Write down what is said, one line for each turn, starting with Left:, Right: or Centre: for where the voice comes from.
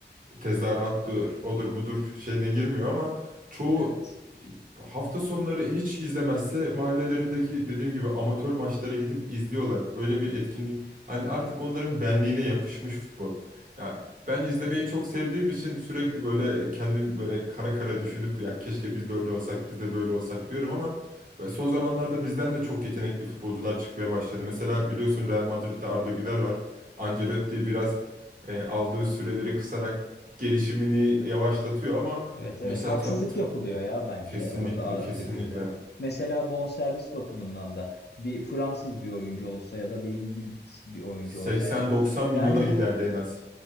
Right: tezahürattır, odur budur şeyine girmiyor ama çoğu
Left: Evet.
Right: hafta sonları hiç izlemezse mahallelerindeki dediğim gibi amatör maçlara gidip izliyorlar. Öyle bir etkinlik. Hani artık onların benliğine yapışmış futbol. Ya ben izlemeyi çok sevdiğim için sürekli böyle kendim böyle kara kara düşünüp ya keşke biz de öyle olsak, biz de böyle olsak diyorum ama son zamanlarda bizden de çok yetenekli futbolcular çıkmaya başladı. Mesela biliyorsun Real Madrid'de Arda Güler var. Ancelotti biraz e, aldığı süreleri kısarak gelişimini yavaşlatıyor ama
Left: Evet
Right: mesela
Left: evet haksızlık
Right: ta- ta-
Left: yapılıyor ya bence
Right: kesinlikle
Left: orada Arda
Right: kesinlikle
Left: Güler'e. Mesela bonservis bakımından da bir Fransız bir oyuncu olsa ya da bir İngiliz bir oyuncu
Right: 80-90
Left: olsaydı
Right: milyona
Left: yani
Right: giderdi
Left: bu
Right: en az.